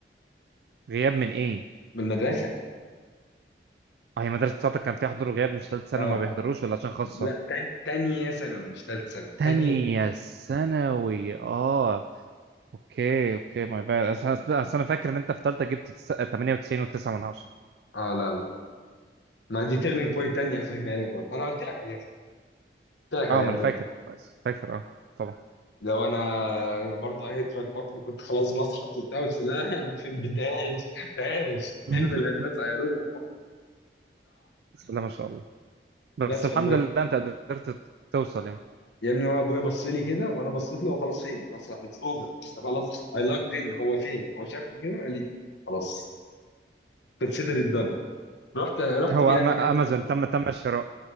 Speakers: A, on the right (about 65°); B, on the left (about 85°).
A: غياب من ايه؟
B: من المدرسه
A: اه هي مدرسة بتاعتك كان فيها حضور وغياب مش تالتة ثانوي
B: اه
A: ما بيحضروش ولا عشان خاصة؟
B: لا تان... تانية ثانوي مش ثالث ثانوي
A: تانية
B: تانية ثانوي
A: ثانوي اه اوكي اوكي ما بقى عشان أصل انا فاكر ان انت في تالتة جبت تس- 98 و9 من 10
B: اه اه لا لا ما دي تيرنينج بوينت تانية هفهمها لك برضه انا قلت لك عليها صح. قلت لك عليها
A: اه ما
B: امبارح
A: انا فاكر كويس فاكر اه طبعا
B: لو انا برضه هيترك بطني كنت خلاص بسقط وبتاع قلت لا <laughs> في البداية فاش
A: <laughs>
B: علم الهندسة يا روبا
A: بسم الله ما شاء الله بس
B: <laughs> بس
A: الحمد
B: فالمهم
A: لله انت قدرت توصل يعني
B: يا ابني هو ابويا بص لي كده وانا بصيت له هو خلاص فين خلاص اتس اوفر خلاص اي لاكد ان هو فين هو شافني كده قال لي خلاص كونسيدر ات دان رحت رحت
A: هو
B: بيه
A: أما-
B: اخر يوم
A: امازون
B: امتحان.
A: تم تم الشراء